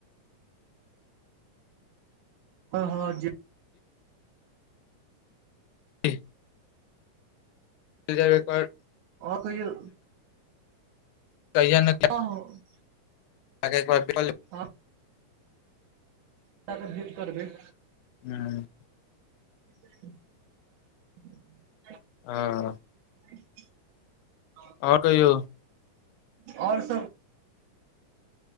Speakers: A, on the right; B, on the left.
A: ह हँ ज
B: बे र <unintelligible>
A: ओ कहियौ
B: कहिया न
A: ह
B: त <unintelligible>
A: आ क त भेट करबै
B: हूँ
A: ह ह <unintelligible>
B: आ
A: <inaudible>
B: आओर कहियो
A: आओर सब